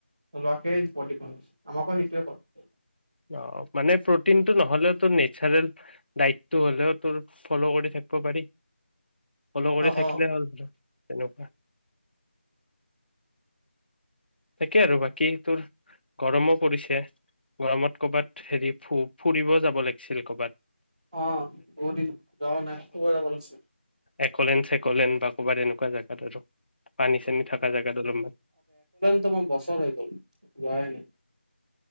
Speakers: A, in the centre; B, on the left.
A: কৰিছে আমাৰ সেইটোৱেয়ে কয়
B: অ মানে প্ৰটিনটো নহ'লেও তোৰ নেচাৰেল ডাইটটো হ'লেও তোৰ ফ'ল' কৰি থাকিব পাৰি ফল' কৰি
A: অ'
B: থাকিলে
A: অ'
B: হ'ল তেনেকুৱা তাকে আৰু বাকী তোৰ গৰমো পৰিছে গৰমত কৰ'বাত হেৰি ফ ফুৰিব যাব লাগিছিল কৰ'বাত
A: অ বহু দিন যোৱাও নাই খব যাব লাগিছিল
B: একল্ ন চেকলেন বা ক'ৰবাত তেনেকুৱা জেগাত আৰু পানী চানী থাকা <unintelligible>
A: ত মই বছৰ হৈ গল লেৱাই নাই